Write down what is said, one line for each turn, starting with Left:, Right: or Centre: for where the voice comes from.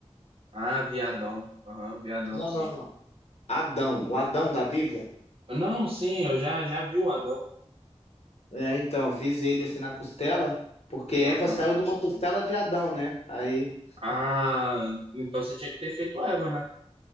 Right: Ah, viadão. Aham, viadão,
Left: Não,
Right: sim.
Left: não, não. Adão, o Adão da Bíblia.
Right: Não, sim, eu já, já vi o Adão.
Left: É, então, eu fiz ele assim na costela, porque Eva
Right: Aham.
Left: saiu de uma costela de Adão, né? Aí,
Right: Ah, então você tinha que ter feito Eva, né?